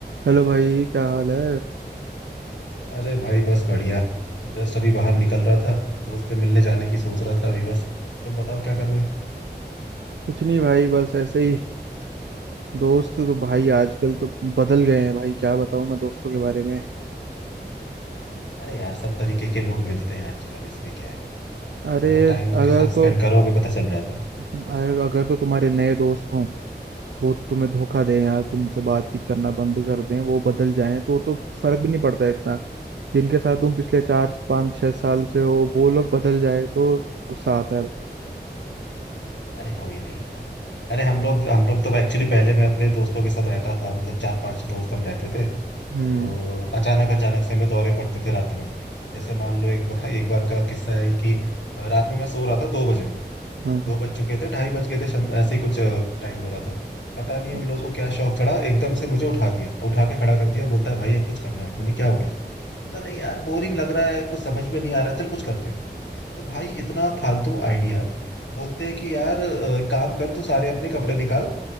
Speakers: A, on the right; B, on the left.
A: हेलो भाई क्या हाल है
B: अरे भाई बस बढ़िया जस्ट अभी बाहर निकल रहा था दोस्त से मिलने जाने की सोच रहा था अभी बस तुम बताओ क्या कर रहे हो
A: कुछ नहीं भाई बस ऐसे ही दोस्त तो भाई आजकल तो बदल गए हैं भाई क्या बताऊं मैं दोस्तों के बारे में
B: अरे यार सब तरीके के लोग मिलते हैं आजकल इसमें क्या है
A: अरे
B: थोड़ा टाइम उनके
A: अगर
B: साथ
A: तो
B: स्पेंड करोगे पता चल जाता है
A: अगर अगर तो तुम्हारे नए दोस्त हों वो तुम्हें धोखा दें या तुमसे बातचीत करना बंद कर दें वो बदल जाएं तो तो फर्क भी नहीं पड़ता इतना जिनके साथ तुम पिछले चार पाँच छह साल से हो वो लोग बदल जाए तो गुस्सा आता है भाई
B: अरे कोई नहीं यार अरे हम लोग हम लोग तो एक्चुअली पहले मैं अपने दोस्तों के साथ रहता था मतलब चार पांच दोस्त हम रहते थे
A: हम्म
B: तो अचानक अचानक से हमें दौरे पड़ते थे रात में जैसे मान लो एक बार एक बार का किस्सा है कि अ, रात में मैं सो रहा था दो बजे
A: हाँ
B: दो बज चुके थे ढाई बज गए थे शम- ऐसे ही कुछ टाइम हो रहा था पता नहीं
A: अच्छा
B: उन लोगों को क्या शौक चढ़ा एकदम से मुझे उठा दिया उठा के खड़ा कर दिया बोलता है भाई अब कुछ करना है मैंने क्या हो गया पता नहीं यार बोरिंग लग रहा है कुछ समझ में नहीं आ रहा है चल कुछ करते हैं तो भाई इतना फालतू आइडिया बोलते हैं कि यार अ, एक काम कर तू सारे अपने कपड़े निकाल